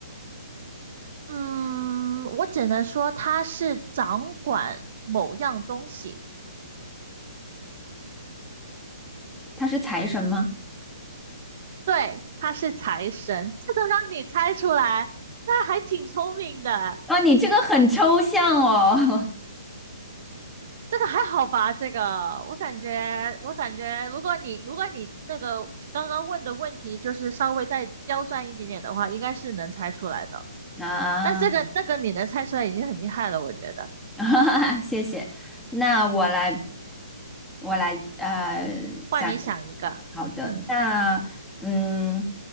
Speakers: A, on the right; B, in the centre.
A: 嗯，我只能说他是掌管某样东西，
B: 他是财神吗？
A: 对，他是财神，这都让你猜出来，那还挺聪明的。
B: 啊，你这个很抽象哦。
A: 这个还好吧？这个我感觉，我感觉，如果你如果你那个刚刚问的问题就是稍微再刁钻一点点的话，应该是能猜出来的。
B: <laughs> 啊，
A: 但这个这个你能猜出来已经很厉害了，我觉得。
B: <laughs> 哈哈谢谢。那我来，我来，呃，
A: 换你想一个，
B: 想一个，好的，
A: 嗯，
B: 那，嗯，